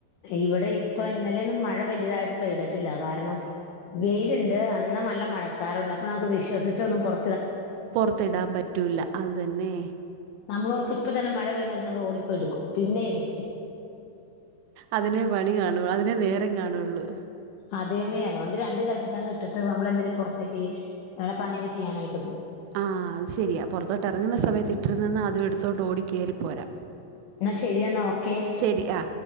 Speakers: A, on the left (about 85°); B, on the right (about 85°).
A: ഇവിടെ ഇപ്പൊ ഇന്നലൊന്നും മഴ വലിയതായിട്ട് പെയ്തിട്ടില്ല കാരണം വെയിലുണ്ട് അന്ന നല്ല മഴക്കാറുണ്ട് അപ്പൊ നമുക്ക് വിശ്വസിച്ച് ഒന്നും പുറ
B: പൊറത്തിടാൻ പറ്റൂല്ല അതെന്നെ
A: നമ്മളോർക്ക് ഇപ്പ തന്നെ മഴ പെയുന്ന് നമ്മൾ ഓടിപ്പോയെടുക്കും പിന്നീട്
B: അതിനെ പണിക്കാണു അതിനെ നേര രം കാണുള്ളൂ
A: അതന്നെ അതുകൊണ്ട് രണ്ട് കൽപ്പിച്ചങ്ങ് ഇട്ടിട്ട് നമ്മളെന്തേലും പുറത്തേക്ക് പണിയൊക്കെ ചെയ്യാനായിട്ട് പോവും
B: ആഹ അത് ശരിയാ പൊറത്തോട്ട് ഇറങ്ങുന്ന സമയത്ത് ഇട്ടിരുന്നന്നാ അതും എടുത്തോട്ട് ഓടി കയറിപ്പോരാ
A: എന്നാ ശെരിയെന്നാ ഓക്കെ
B: ശരി ആ